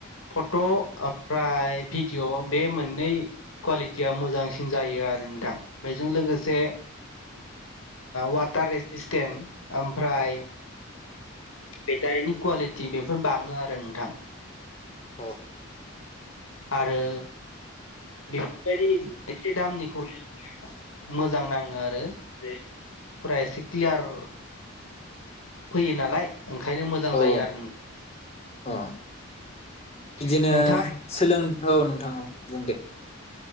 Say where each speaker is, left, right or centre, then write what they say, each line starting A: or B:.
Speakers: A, on the left (about 75°); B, on the left (about 30°).
A: फट' ओमफ्राय भिडिअ' बे मोननै कुवालिटिया मोजांसिन जायो आरो नोंथां बेजों लोगोसे वाटार एसिसटेन्ट ओमफ्राय बेटारिनि कुवालिटि बेफोर बाङो आरो नोंथां।
B: अ
A: आरो बेफोरबायदि एसे दामनिखौ लायोब्ला मोजां नाङो आरो जफोरा एसे क्लियार फैयो नालाय ओंखायनो मोजां
B: औ
A: जायो आरो।
B: अ बिदिनो
A: नोंथाङा
B: सोलों औ नोंथां बुं दे